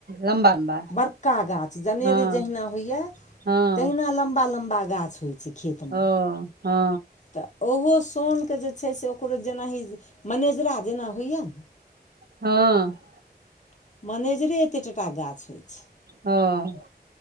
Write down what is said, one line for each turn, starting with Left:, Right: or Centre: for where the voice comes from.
Right: लम्बा लम्बा
Left: बड़का गाछ जनेर
Right: हँ
Left: जहिना होइए
Right: हँ
Left: तहिना लम्बा लम्बा गाछ होइ छै खेतमे
Right: ओ हँ
Left: तऽ ओहो सोनके जे छै से ओकरो जेनाही मनेजरा जेना होइए ने
Right: हँ
Left: मनेजरे एतेक टटा गाछ होइत छै
Right: हँ